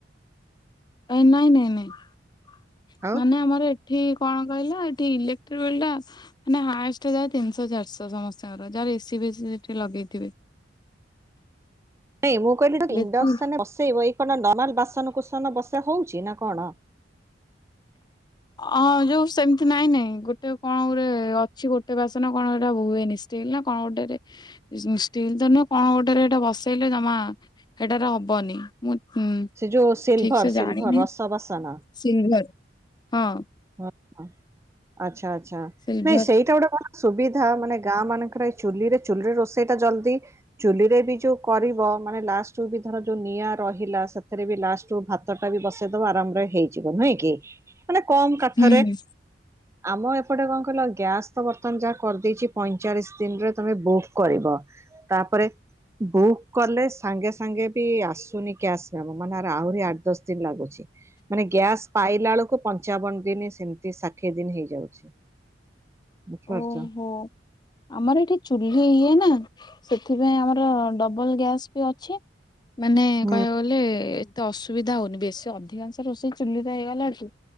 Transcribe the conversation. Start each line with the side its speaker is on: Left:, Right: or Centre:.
Left: ଏ ନାଇଁ ନାଇଁ ନାଇଁ
Right: ଆଉ?
Left: ମାନେ ଆମର ଏଠି କଣ କହିଲ ଏଠି ଇଲେକ୍ଟ୍ରିବିଲ୍ ଟା ମାନେ ହାଏଷ୍ଟ ଯାଏ ତିନିଶହ ଚାରିଶହ ସମସ୍ତଙ୍କର ଯାହାର ଏସିି ବିସିି ସେଠି ଲଗେଇଥିବେ।
Right: ନାଇଁ ମୁଁ କହିଲି
Left: ବେଶୀ
Right: ଇଣ୍ଡସନ ବସେଇବ ଏଇ କଣ ନର୍ମାଲ ବାସନ କୁସନ ବସା ହୋଉଛି ନା କଣ?
Left: ଅଁ ଯୋଉ ସେମିତି ନାଇଁ ନାଇଁ ଗୋଟେ କଣ ଗୋଟେ ଅଛି ଗୋଟେ ବାସନ କଣ ଏଇଟା ହୁଏନି। ଷ୍ଟିଲ୍ ନା କଣ ଗୋଟରେ ଷ୍ଟିଲ୍ ତ ନୁହେଁ କଣ ଗୋଟେରେ ଏଇଟା ବସେଇଲେ ଜମା ସେଟାରେ ହବନି। ମୁଁଁ
Right: ସେ ଯୋଉ ସିଲଭର
Left: ଠିକ୍ ସେ
Right: ସିଲଭର
Left: ଜାଣିନି
Right: ରସ ବାସନ
Left: ସିଲଭର ହଁ।
Right: ହ ହ ଆଚ୍ଛା ଆଚ୍ଛା
Left: ସିଲଭର
Right: ନାଇଁ ସେଇଟା ଗୋଟେ କ- ସୁବିଧା ମାନେ ଗାଁ ମାନଙ୍କରେ ଏଇ ଚୁଲିରେ ଚୁଲିରେ ରୋଷେଇ ଟା ଜଲଦି। ଚୁଲିରେ ବି ଯୋଉ କରିବ ମାନେ ଲାଷ୍ଟ ବି ଧର ଯୋଉ ନିଆଁ ରହିଲା ସେଥିରେ ବି ଲାଷ୍ଟ କୁ ଭାତ- ଟା ବି ବସେଇଦବ ଆରାମରେ ହେଇଯିବ ନୁହେଁ କି, ମାନେ କମ କାଠରେ
Left: ହୁଁ।
Right: ଆମ ଏପଟେ କଣ କହିଲ ଗ୍ୟାସ ତ ବର୍ତ୍ତମାନ ଯାହା କରିଦେଇଛି ପଇଁଚାଳିଶ ଦିନରେ ତମେ ବୁକ୍ କରିବ। ତାପରେ ବୁକ୍ କଲେ ସାଙ୍ଗେ ସାଙ୍ଗେ ବି ଆସୁନି ଗ୍ୟାସ୍ ଆମର ମାନେ ଆହୁରି ଆଠ ଦଶ ଦିନ ଲାଗୁଛି। ମାନେ ଗ୍ୟାସ୍ ପାଇଲା ବେଳକୁ ପଞ୍ଚାବନ ଦିନି ସେମିତି ଷାଠିଏ ଦିନ ହେଇଯାଉଛି। ବୁଝିପାରୁଛ
Left: ଓ ହୋ। ଆମର ଏଠି ଚୁଲି ଇଏ ନା ସେଥିପାଇଁ ଆମର ଡବଲ ଗ୍ୟାସ୍ ବି ଅଛି। ମାନେ
Right: ହୁଁ
Left: କହିବାକୁ ଗଲେ ହେଲେ ଏତେ ଅସୁବିଧା ହଉନି ବେଶୀ ଅଧିକାଂଶ ରୋଷେଇ ଚୁଲିରେ ହେଇଗଲାଣି